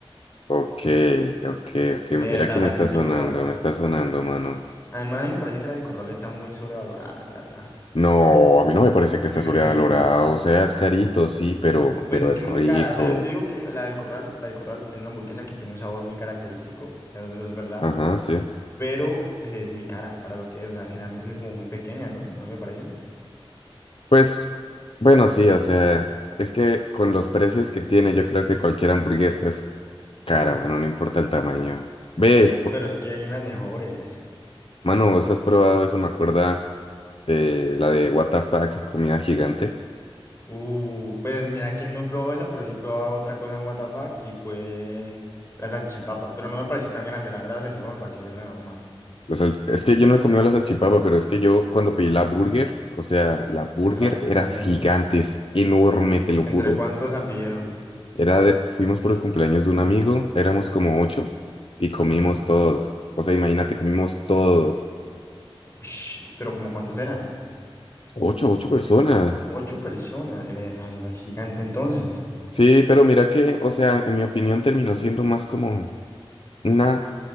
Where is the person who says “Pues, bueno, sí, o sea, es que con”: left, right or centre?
Left